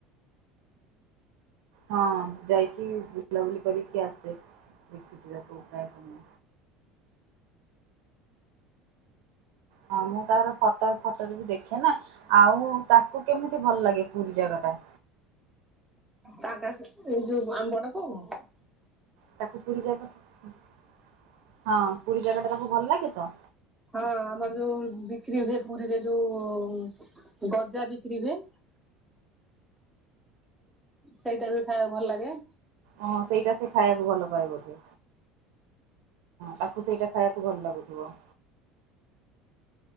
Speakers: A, on the right; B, in the centre.
A: ହଁ ଯାଇକି ବୁଲାବୁଲି କରିକି ଆସେ ଦେଖିଛିିବାକୁ ପ୍ରାୟ ସମୟ ହଁ ମୁଁ ତାର ଫଟୋ ଫଟୋରେ ବି ଦେଖେ ନା ଆଉ ତାକୁ କେମିତି ଭଲ ଲାଗେ ପୁରୀ ଜାଗା ଟା
B: ତାଙ୍କ ଏଇ ଯୋଉ ଆମ ବଡ ପୁଅ କୁ
A: ତାକୁ ପୁରୀ ଜାଗା ହଁ ପୁରୀ ଜାଗା ଟା ତାକୁ ଭଲ ଲାଗେ ତ
B: ହଁ ଆମର ଯୋଉ ବିକ୍ରି ହୁଏ ପୁରୀରେ ଯୋଉ ଗଜା ବିକ୍ରି ହୁଏ। ସେଇଟା ବି ଖାଇବାକୁ ଭଲ ଲାଗେ
A: ଓଁ ସେଇଟା ସେ ଖାଇବାକୁ ଭଲ ପାଇବ ସେ ତାକୁ ସେଇଟା ଖାଇବାକୁ ଭଲ ଲାଗୁଥିବ।